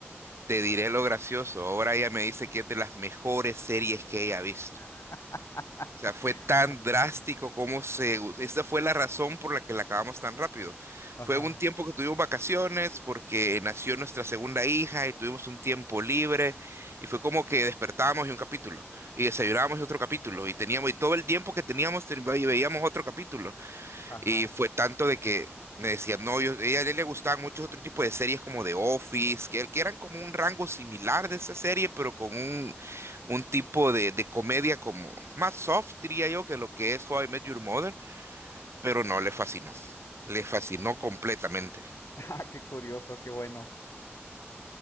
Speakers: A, on the right (about 70°); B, on the left (about 85°).
A: Te diré lo gracioso. Ahora ella me dice que es de las mejores series que ella ha visto.
B: <laughs>
A: O sea, fue tan drástico como se... Esa fue la razón por la que la acabamos tan rápido.
B: Ajá,
A: Fue un tiempo que tuvimos vacaciones porque nació nuestra segunda hija y tuvimos un tiempo libre y fue como que despertábamos y un capítulo y desayunábamos y otro capítulo y teníamos y todo el tiempo que teníamos ten- y veíamos otro capítulo.
B: ajá.
A: Y fue tanto de que me decían, no, yo, ella- a él le gustaban muchos otros tipos de series como The Office, que, que eran como un rango similar de esa serie, pero con un, un tipo de, de comedia como más soft, diría yo, que lo que es How I Met Your Mother, pero no, le fascinó, le fascinó completamente.
B: <laughs> Ah, qué curioso, qué bueno.